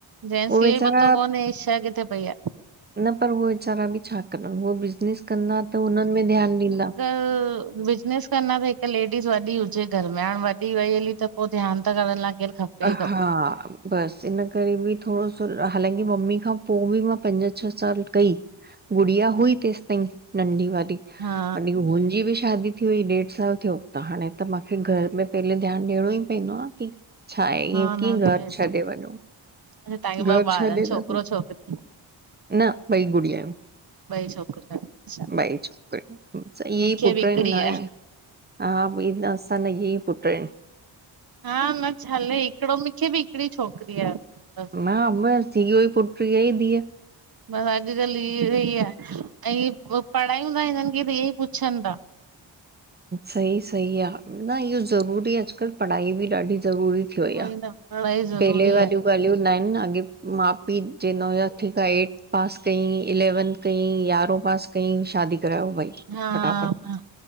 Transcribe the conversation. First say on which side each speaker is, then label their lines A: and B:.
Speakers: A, on the right; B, on the right.
A: जेन्स
B: उहे
A: खे
B: वेचारा
A: इयो ई तो कोने ही छऐ किथे पई आहे
B: न पर उहे विचारा बि छा कंदा उहे बिज़नेस कंदा त हुनन्हनि में ध्यानु ॾींदा
A: हा ह बिज़नेस कंदा त हिकु लेडीस वॾी हुजे घर में हाणे वॾी वई हली त पोइ ध्यानु त करण लाइ केरु खपे
B: हा
A: ई खपे
B: बसि इन करे बि थोरो सो हालांकि मम्मी खां पोइ बि मां पंज छह साल कई गुड़िया हुई तेसि ताईं नंढी वारी
A: हा
B: ऐं होन जी बि शादी थी हुई ॾेढ साल थियो त हाणे त मूंखे घर में पहले ध्यानु ॾियणो ई पवंदो कि छा आहे
A: हा
B: ईअं कीअं
A: न थिए
B: घर छॾे
A: थो
B: वञो
A: अच्छा तव्हांखे
B: घर
A: ॿ ॿार
B: छॾे
A: आहिनि छोकिरो
B: नथो
A: छोकिरी
B: न ॿई गुड़ियायूं
A: ॿई छोकिरियूं आहिनि। अच्छा
B: ॿई छोकरियूं ईएं
A: मूंखे
B: ही पुट
A: बि हिकिड़ी
B: न आहे हा उही न असांॼा एई पुट्र आहिनि
A: हा न छले हिकिड़ो मूंखे बि हिकिड़ी छोकिरी आ
B: हा बस ईहो पुट् ईह धीअ न
A: बसि अॼुकल्ह इहो आहे ऐं पढ़ायूं न हिननि खे त इहे ई पुछनि था
B: सही सही आहे न इहो ज़रूरी आहे अॼुकल्ह पढ़ाई बि ॾाढी ज़रूरी उहोई
A: उई
B: आ
A: न पढ़ाई ज़रूरी
B: पहले वालियूं
A: आहे
B: ॻाल्हियूं न आहिनि अॻे माउ पीउ चईदां हुया ठीकु आहे हेएठ पास कयईं इलैवंथ कईं ग्यारहों पास कयईं शादी करायो भई
A: हा
B: फटाफट
A: हा